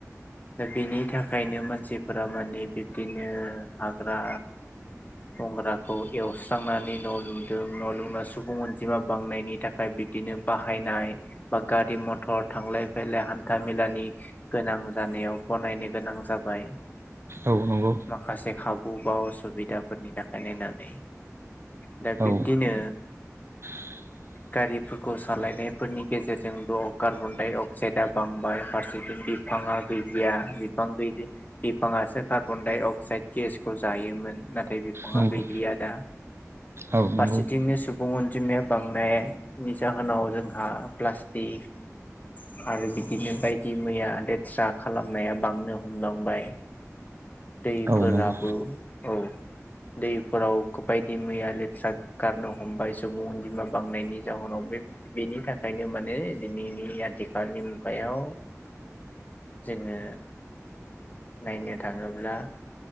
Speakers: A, on the left (about 30°); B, on the right (about 50°).
A: दा बेनि थाखायनो मानसिफोरा माने बिब्दिनो हाग्रा गंग्राखौ एवस्रांनानै न' लुदों न' लुना सुबुं अनजिमा बांनायनि थाखाय बे बिदिनो बाहायनाय बा गारि मथर थांलाय फैलाय हान्था मेलानि गोनां जानायाव बनायनो गोनां जाबाय।
B: औ नंगौ
A: माखासे खाबु बा असुबिदाफोरनि थाखाय नायनानै दा बिबदिनो
B: औ <unintelligible>
A: गारिफोरखौ सालायनायफोरनि गेजेरजोंद कार्बन डाइ अक्साइदआ बांबाय फारसे बिफाङा गैलिया बिफां बिफाङासो कार्बन डाइ अक्साइद गेसखौ जायो। योमोन नाथाय बिफाङा
B: नंगौ
A: गैलिया दा
B: औ नंगौ
A: फारसेथिंनो सुबुं अनजिमाया बांनायनि जाहोनाव जोंहा प्लास्टिक आरो बिदिनो बाइक दि मैया लेथ्रा खालामनाया बांनो हमदांबाय दैफोराबो
B: औ नंगौ
A: औ दैफोराव गो बायदि मैया लेथ्रा गारनो हमबाय सुबुं अनजिमा बांनायनि जाउनाव बेनि थाखायनो माने दिनैनि आथिखालनि मुगायाव जोङो नायनो थाङोब्ला